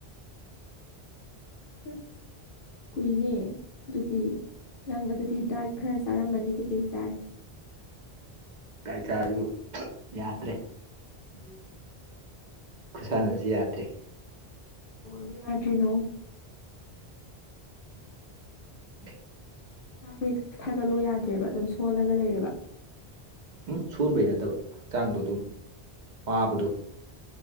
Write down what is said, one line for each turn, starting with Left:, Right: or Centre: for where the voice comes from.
Left: ꯑꯁ ꯀꯨꯏꯅꯦ ꯑꯗꯨꯗꯤ ꯅꯪ ꯑꯗꯨꯗꯤ ꯗꯥꯏꯠ ꯈꯔ ꯆꯥꯔꯝꯃꯅꯤ ꯀꯩꯀꯩ ꯆꯥꯏ
Right: ꯆꯥꯁꯨ ꯌꯥꯗ꯭ꯔꯦ
Left: ꯌꯦ
Right: ꯈꯨꯁꯥꯟꯁꯤ ꯌꯥꯗ꯭ꯔꯦ
Left: ꯕ ꯌꯥꯗ꯭ꯔꯤꯅꯣ
Right: <unintelligible>
Left: ꯌꯥꯦ ꯊꯥꯒꯠꯂꯣ ꯌꯥꯗ꯭ꯔꯦꯕ ꯑꯗꯨꯝ ꯁꯣꯜꯂꯒ ꯂꯩꯔꯦꯕ
Right: ꯎꯝ ꯁꯣꯟꯕꯩ ꯅꯠꯇꯕ ꯍꯛꯆꯥꯡꯗꯣ ꯑꯗꯨꯝ ꯄꯥꯕꯗꯣ